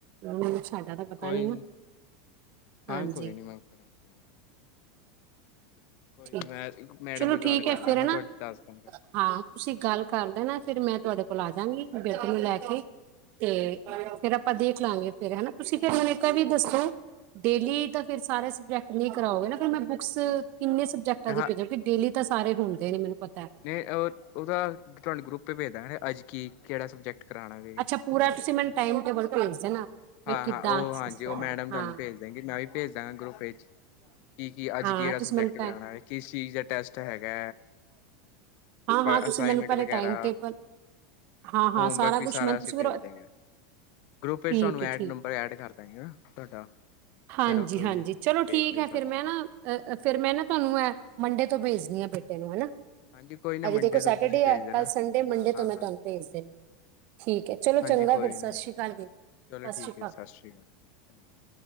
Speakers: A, on the right; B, on the left.
A: ਉਹਨਾਂ ਨੂੰ ਸਾਡਾ ਤਾਂ ਪਤਾ
B: ਕੋਈ
A: ਨਾ
B: ਨੀ, ਹਾਂ
A: ਹਾਂਜੀ
B: ਕੋਈ ਨੀ ਮੈਂ ਕਰਾਂਗਾ -
A: ਠੀਕ
B: ਨੀ ਮੈਂ ਮੈਡਮ
A: ਚਲੋ
B: ਨਾਲ ਗੱਲ
A: ਠੀਕ
B: ਕਰ
A: ਹੈ
B: ਲਾਂਗਾ
A: ਫਿਰ ਹੈਨਾ,
B: ਤੁਹਾਡੀ ਦੱਸ ਦਾਂਗਾ।
A: ਹਾਂ ਤੁਸੀਂ ਗੱਲ ਕਰਦੇ ਨਾ ਫਿਰ ਮੈਂ ਤੁਹਾਡੇ ਕੋਲ ਕੋਲ ਆ
B: ਹਾਂ
A: ਜਾਂਗੀ, ਬੇਟੀ ਨੂੰ ਲੈ ਕੇ ਤੇ ਫੇਰ ਆਪਾਂ ਦੇਖ ਲਵਾਂਗੇ, ਫੇਰ ਹੈਨਾ ਤੁਸੀਂ ਫਿਰ ਮੈਨੂੰ ਇੱਕ ਵੀ ਦੱਸੋ ਡੇਲੀ ਤਾਂ ਫਿਰ ਸਾਰੇ ਸਬਜੈਕਟ ਲਈ ਕਰਾਓਗੇ ਨਾ, ਫਿਰ ਮੈਂ ਬੁੱਕਸ ਕਿੰਨੇ ਸਬਜੈਕਟਾਂ
B: ਹਾਂ
A: ਭੇਜਾਂ, ਡੇਲੀ ਤਾਂ ਸਾਰੇ ਹੁੰਦੇ ਨੇ ਮੈਨੂੰ ਪਤਾ ਹੈ।
B: ਨਹੀਂ ਉਹਦਾ ਤੁਹਾਨੂੰ ਗਰੁੱਪ ਤੇ ਭੇਜ ਦਾਗੇ, ਹੈ ਅੱਜ ਕੀ ਕਿਹੜਾ ਸਬਜੈਕਟ ਕਰਾਉਣਾ ਵੇ।
A: ਅੱਛਾ ਪੂਰਾ ਤੁਸੀਂ ਮੈਨੂੰ
B: ਹਾਂਜੀ
A: ਟਾਈਮ ਟੇਬਲ ਭੇਜ ਦੇਣਾ ਨਾ ਵਿਖਦਾ
B: ਹਾਂ ਹਾਂ ਉਹ ਹਾਂਜੀ ਉਹ ਮੈਡਮ ਤੁਹਾਨੂੰ
A: ਹਾਂ
B: ਭੇਜ ਦੇਣਗੇ ਮੈਂ ਵੀ ਭੇਜ ਦਾਂਗਾ ਗਰੁੱਪ ਵਿੱਚ। ਕੀ ਕੀ ਅੱਜ
A: ਹਾਂ
B: ਕਿਹੜਾ
A: ਤੁਸੀਂ
B: ਸਬਜੈਕਟ
A: ਮੰਨੂੰ
B: ਕਰਾਉਣਾ
A: ਟਾਈਮ
B: ਹੈ ਕਿਸ ਚੀਜ਼ ਦਾ ਟੈਸਟ ਹੈਗਾ
A: ਹਾਂ-ਹਾਂ ਤੁਸੀਂ
B: ਅਸਾਈਨਮੈਂਟ
A: ਮੈਨੂੰ ਪਹਿਲੇ
B: ਵਗੈਰਾ
A: ਟਾਈਮ ਟੇਬਲ, ਹਾਂ-ਹਾਂ
B: ਹੋਮਵਰਕ
A: ਸਾਰਾ
B: ਵੀ
A: ਕੁਛ ਮੈਂ
B: ਅਸੀਂ
A: ਤੁਸੀਂ
B: ਭੇਜ
A: ਫਿਰ
B: ਦਾਂਗੇ ਗਰੁੱਪ
A: ਠੀਕ
B: ਵਿੱਚ ਤੁਹਾਨੂੰ ਐਡ
A: ਹੈ ਠੀਕ
B: ਨੰਬਰ ਐਡ ਕਰ ਦਾਂਗੇ ਤੁਹਾਡਾ
A: ਹਾਂਜੀ-ਹਾਂਜੀ
B: ਫਿਰ ਉੱਥੋਂ ਦੀ ਦੇਖ
A: ਚਲੋ ਠੀਕ
B: ਲਿਓ
A: ਹੈ,
B: ਸਾਰਾ
A: ਫਿਰ ਮੈਂ ਨਾ ਅ' ਫੇਰ ਮੈਂ ਨਾ, ਤੁਹਾਨੂੰ ਇਹ ਮੰਡੇ ਤੋਂ ਭੇਜਦੀ ਆ ਬੇਟੇ ਨੂੰ ਹਨਾ
B: ਹਾਂਜੀ ਕੋਈ ਨਾ
A: ਆਜ
B: ਮੰਡੇ
A: ਦੇਖੋ ਸੈਟਰਡੇ
B: ਤੋਂ ਤੁਸੀਂ
A: ਐ,
B: ਭੇਜ ਦੇਣਾ
A: ਕੱਲ੍ਹ
B: ਹਾਂ
A: ਸੰਡੇ ਮੰਡੇ ਤੋਂ
B: ਹਾਂ
A: ਮੈਂ
B: ਹਾਂ
A: ਤੁਹਾਨੂੰ ਭੇਜ ਦਿੰਦੀ ਠੀਕ ਹੈ ਚਲੋ
B: ਹਾਂਜੀ
A: ਚੰਗਾ
B: ਕੋਈ
A: ਫਿਰ ਸਤਿ
B: ਨਾ
A: ਸ਼੍ਰੀ ਅਕਾਲ ਵੀਰ ਸਤਿ
B: ਚਲੋ ਠੀਕ
A: ਸ਼੍ਰੀ ਅਕਾਲ।
B: ਹੈ ਸਤਿ ਸ਼੍ਰੀ ਅਕਾਲ ਚੰਗਾ ਜੀ